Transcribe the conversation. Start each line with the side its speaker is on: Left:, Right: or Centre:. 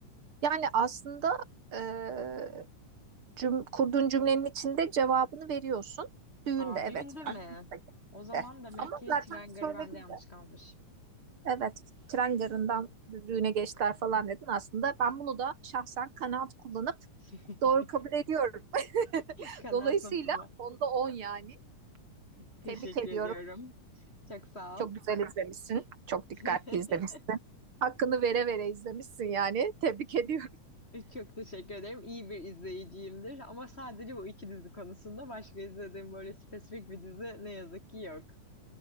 Right: Yani aslında eee, cüm- kurduğun cümlenin içinde cevabını veriyorsun. Düğünde
Left: Aa,
Right: evet
Left: düğünde mi?
Right: var.
Left: O zaman
Right: De.
Left: demek
Right: Ama
Left: ki
Right: zaten
Left: tren
Right: söyledim
Left: garı bende yanlış
Right: de.
Left: kalmış.
Right: Evet tren garından düğüne geçtiler falan dedin. Aslında ben bunu da şahsen kanaat kullanıp
Left: <laughs>
Right: doğru kabul ediyorum. <laughs>
Left: Kanaat
Right: Dolayısıyla
Left: notuna.
Right: onda 10 yani.
Left: Teşekkür
Right: Tebrik ediyorum.
Left: ediyorum. Çok sağ
Right: Çok
Left: ol.
Right: güzel izlemişsin. Çok
Left: <laughs>
Right: dikkatli izlemişsin. Hakkını vere vere izlemişsin yani. Tebrik ediyorum.
Left: Çok teşekkür ederim. İyi bir izleyiciyimdir. Ama sadece bu iki dizi konusunda başka izlediğim böyle spesifik bir dizi ne yazık ki yok.